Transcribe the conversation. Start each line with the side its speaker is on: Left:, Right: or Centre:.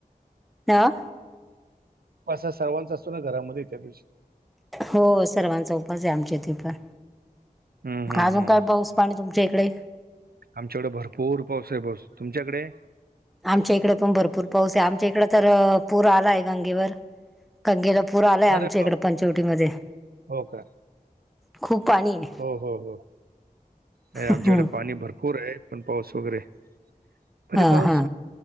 Centre: अ?
Right: उपास सर्वांचा असतो ना घरामध्ये त्या दिवशी.
Centre: हो सर्वांचा उपास आहे आमच्या इथे पण.
Right: हम्म हम्म
Centre: अजून
Right: हम्म
Centre: काय पाऊस पाणी तुमच्या इकडे?
Right: आमच्याकडे भरपूर पाऊस आहे <unintelligible> तुमच्याकडे?
Centre: आमच्या इकडे पण भरपूर पाऊस आहे आमच्या इकड तर पूर आलाय गंगेवर. गंगेला पूर आलाय आमच्या
Right: अरे बाप
Centre: इकडे पंचवटी मध्ये
Right: हो का
Centre: खूप पाणीय.
Right: हो हो हो नाही आमच्याकडे
Centre: आहे
Right: पाणी भर पूर आहे, पण पाऊस वगैरे पण
Centre: हा
Right: ते पाऊस
Centre: हा